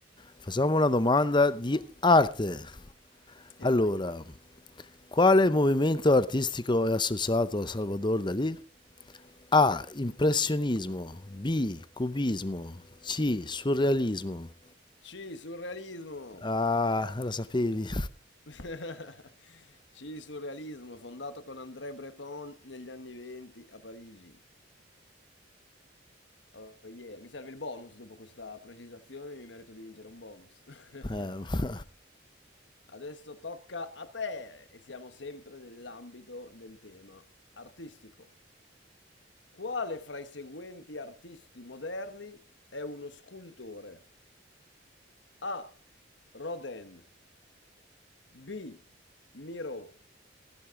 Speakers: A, on the left; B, on the left.
A: Facciamo una domanda di arte. Allora,
B: E vai.
A: quale movimento artistico è associato a Salvador Dalì? A. Impressionismo. B. Cubismo. C. Surrealismo.
B: C, surrealismo.
A: Ah, la sapevi.
B: <laughs> C. Surrealismo, fondato con André Breton negli anni 20 a Parigi. Oh yeah, mi serve il bonus dopo questa precisazione, mi merito di vincere un bonus. <laughs>
A: Eh,
B: Adesso tocca a te e siamo sempre nell'ambito del tema artistico. Quale fra i seguenti artisti moderni è uno scultore? A. Rodin, B. Miro,